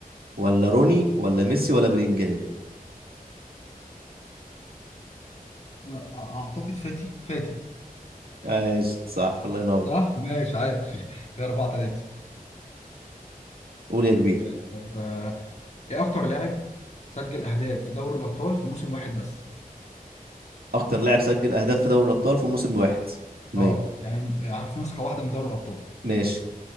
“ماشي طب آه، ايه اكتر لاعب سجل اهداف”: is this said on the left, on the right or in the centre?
Left